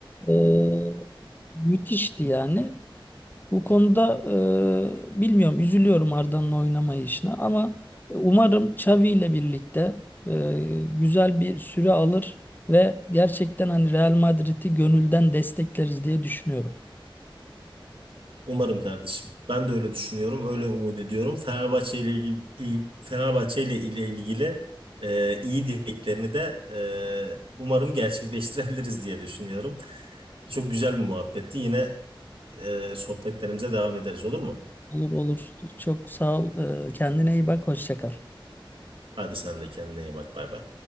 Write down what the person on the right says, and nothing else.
Umarım kardeşim. Ben de öyle düşünüyorum, öyle umut ediyorum. Fenerbahçe ile ilgili il- Fenerbahçe ile ile ilgili e, iyi dileklerini de e, umarım gerçekleştirebiliriz diye düşünüyorum. Çok güzel bir muhabbetti. Yine e, sohbetlerimize devam ederiz olur mu?
Hadi sen de kendine iyi bak. Bay bay.